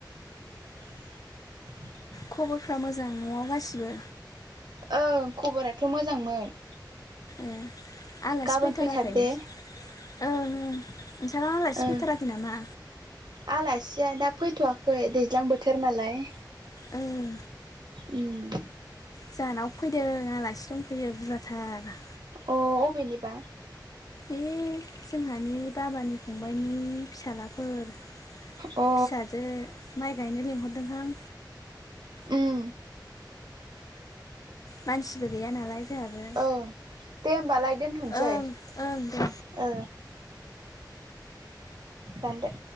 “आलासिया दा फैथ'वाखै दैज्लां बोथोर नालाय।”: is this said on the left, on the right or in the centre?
Right